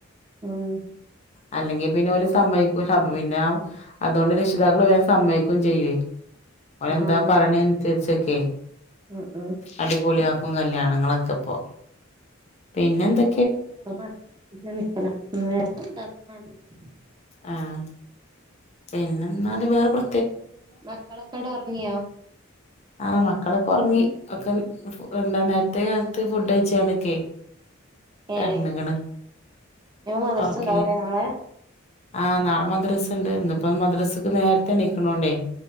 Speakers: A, on the right; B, on the left.
A: ഉം
B: അല്ലെങ്കി പിന്നെ ഓല് സമ്മതിക്കൂല അപ്പ പിന്നെ അതുകൊണ്ട് രക്ഷിതാക്കള് വേഗം സമ്മക്കും ചെയ്കയും ഓൻ
A: ആഹ്
B: എന്താ
A: അതെ
B: പറയണെനുസരിച്ചൊക്കെ
A: ഉം ഉം
B: അടിപൊളി അക്കും കല്യാണങ്ങളൊക്കെ ഇപ്പോ പിന്നെ എന്തൊ
A: അപ്പൊ <unintelligible>
B: ആഹ് പിന്നെ എന്നാല് വേറെ പ്ര
A: മക്കളൊക്കെണ്ട് ഉറങ്ങിയോ
B: ആഹ മക്കളൊക്കെ ഉറങ്ങി ഒക്കെ എന്താ നേരത്തെ കാലത്ത് ഫുഡ് കഴിച്ചണൊക്കെ
A: ഏഹ്
B: കണങ്ങണ്
A: ഇനി മദ്രസ
B: ഉർക്ക
A: ഇണ്ടാവൂലേ നാളെ
B: ആഹ് നാളെ മദ്രസ്ഇണ്ട് ഇന്നിപ്പോ മദ്രസക്ക് നേരത്തെ എണിക്കണോണ്ട്